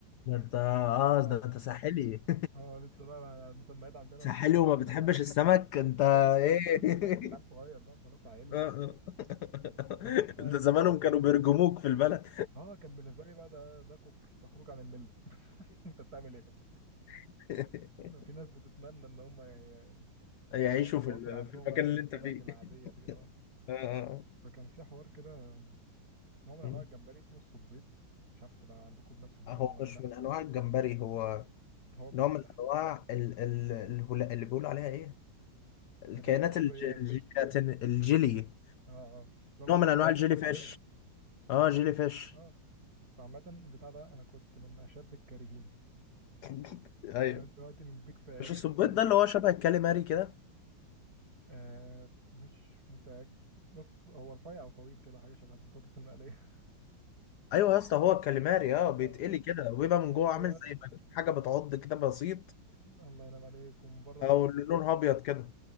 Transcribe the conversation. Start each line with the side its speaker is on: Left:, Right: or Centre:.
Left: انت اه
Right: اه
Left: ده انت ساحلي
Right: اه لسه بقى المسميات
Left: <laughs>
Right: عندنا
Left: ساحلي
Right: مختلفه
Left: وما بتحبش السمك
Right: <laughs>
Left: انت
Right: كنت
Left: ايه
Right: كنت بقى انا كنت عيل صغير
Left: <laughs>
Right: بقى خلاص عيلنا
Left: آه، آه. <laughs>
Right: في بتاع
Left: ده
Right: اسمه
Left: زمانهم
Right: الصبيط
Left: كانوا بيرجموك في البلد
Right: اه كان بالنسبه لي بقى ده ده كفر ده خروج عن المله <laughs> انت بتعمل ايه
Left: <laughs>
Right: في ناس بتتمنى ان هم ي- يبقى
Left: يعيشوا في
Right: متوفر
Left: ال-
Right: عندهم
Left: في المكان
Right: اكل
Left: اللي
Right: السمك
Left: انت فيه
Right: العاديه
Left: <laughs>
Right: دي اه
Left: آه، آه.
Right: فكان في حوار كده نوع من انواع
Left: اه.
Right: الجمبري اسمه الصبيط مش عارف تبقى عندكم بنفس المسمى
Left: هو
Right: ولا
Left: مش
Right: لا
Left: من انواع الجمبري هو
Right: هو بتاع-
Left: نوع من انواع ال ال الهلا- اللي بيقولوا عليها ايه الكائنات
Right: آه، قشريات
Left: الج- الجيلاتين الجيلي
Right: اه اه لو القشريات
Left: نوع من انواع الجيلي
Right: البحرية
Left: فيش اه جيلي فيش
Right: اه فعامة البتاع ده انا كنت من اشد الكارهين
Left: <laughs> ايوه
Right: انا دلوقتي من بيك فان
Left: مش السبيط ده اللي هو شبه الكاليماري كده
Right: <laughs> آه مش متأكد بص هو رفيع او طويل كده حاجة شبه البطاطس المقلية <laughs>
Left: ايوه يا اسطى هو الكاليماري اه
Right: اه
Left: بيتقلي كده وبيبقى من
Right: ايوه
Left: جوه عامل زي ما يكون حاجه بتعض كده بسيط
Right: الله ينعم عليك ومن بره بيقفش
Left: او اللي لونها
Right: كده
Left: ابيض كده